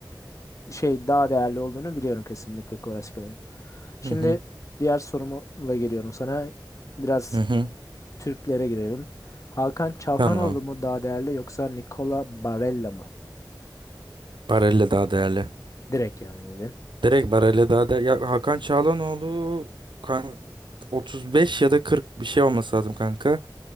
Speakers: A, on the left (about 40°); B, on the right (about 70°).
A: şey daha değerli olduğunu biliyorum kesinlikle Kvaratskhelia. Şimdi
B: Hı hı.
A: diğer sorumla geliyorum sana. Biraz
B: Hı hı.
A: Türklere girelim. Hakan Çalhanoğlu
B: Tamam.
A: mu daha değerli yoksa Nicola Barella mı?
B: Barella daha değerli.
A: Direkt yani dedin.
B: Direkt Barella daha değerli. Ya Hakan Çağlanoğlu kan 35 ya da 40 bir şey olması lazım kanka.